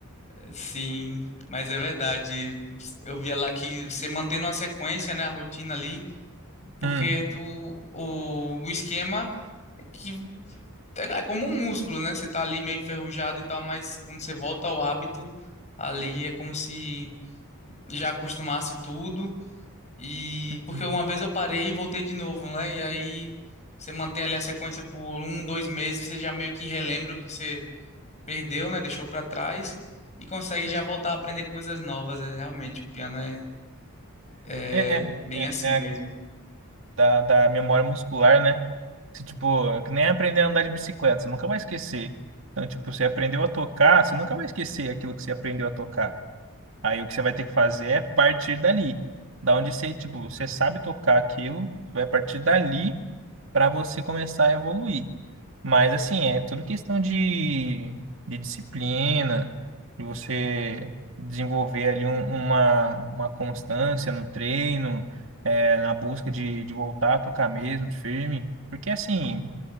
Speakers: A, on the left; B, on the right.
A: eh, sim, mas é verdade. Eu via lá que você mantendo uma sequência, né? A rotina ali. Porque
B: Hum.
A: do, o, o esquema é que é, é como um músculo, né? Você tá ali meio enferrujado e tal, mas quando você volta ao hábito, ali é como se já acostumasse tudo. E
B: Uhum.
A: porque uma vez eu parei e voltei de novo, né? E aí você mantém ali a sequência por um, dois meses, você já meio que relembra o que você perdeu, né? Deixou pra trás e consegue já voltar a aprender coisas novas. é Realmente, o piano é, é
B: É, é,
A: bem
B: é,
A: assim
B: é
A: mesmo.
B: a- da, da memória muscular, né? Você, tipo, é que nem aprender a andar de bicicleta, você nunca vai esquecer. Então, tipo, você aprendeu a tocar, você nunca vai esquecer aquilo que você aprendeu a tocar. Aí o que você vai ter que fazer é partir dali. Da onde você, tipo, você sabe tocar aquilo, você vai partir dali para você começar a evoluir. Mas assim, é tudo questão de, de disciplina, de você desenvolver ali um- uma, uma constância no treino, é, na busca de, de voltar a tocar mesmo, firme. Porque assim,